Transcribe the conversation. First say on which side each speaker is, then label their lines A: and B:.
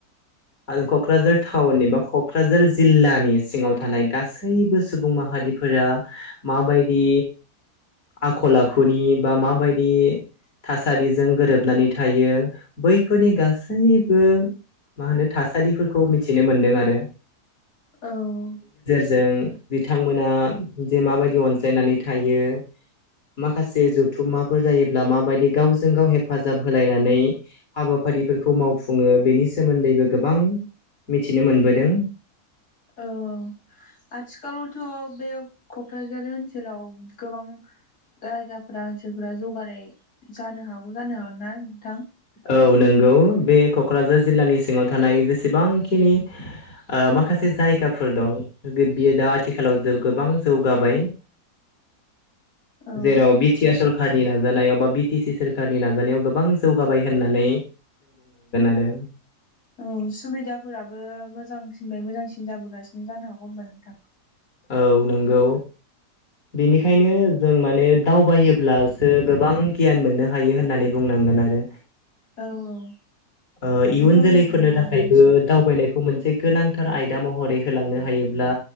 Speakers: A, on the left; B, on the left.
A: आरो क'क्राझार थाउननि बा क'क्राझार जिल्लानि सिङाव थानाय गासैबो सुबुं माहारिफो रा माबायदि आखल आखुनि बा माबायदि थासारिजों गोरोबनानै थायो बैफोरनि गासैबो मा होनो थासारिफोरखौ मिथिनो मोन्दों आरो।
B: औ
A: जों बिथांमोना जे माबायदि अनज्लायनानै थायो माखासे ज थुममाफोर जायोब्ला माबायदि गावजों गाव हेफाजाब होलायनानै हाबाफारिफोरखौ मावफुङो बेनि सोमोन्दैबो गोबां मिथिनो मोनबोदों
B: औ आथिखालावथ' बे क'क्राझार ओनसोलाव गोबां जायगाफोरा ओनसोलफोरा जौगानाय जानो हागौ जानो हागोन ना नोंथां?
A: औ नोंगौ बे क'क्राझार जिल्लानि सिङाव थानाय जेसेबांखिनि ओ माखासे जायगाफोर दं बियो दा आथिखालाव गोबां जौगाबाय
B: औ
A: <inaudible> जेराव बि टि आर सरखारनि नाजानायाव बा बि टि सि सोरखारनि नाजानायाव गोबां जौ गाबाय होननानै आरो
B: औ सुबिदाफोराबो मोजांसिनबाय मोजांसिन जाबोगासिनो जानो हागौ होमबा नोंथां
A: औ नोंगौ बेनिखायनो जों माने दावबायोब्लासो गोबां गियान मोननो हायो होननानै बुंनां गोन आरो।
B: औ औ
A: ओ इयुन
B: बेथ'
A: जोलैफोरनो
B: नंगौ
A: थाखायबो
B: मोनसे
A: दावबायनाय खौ मोनसे गोनांथार आयदा महरै होलांनो हायोब्ला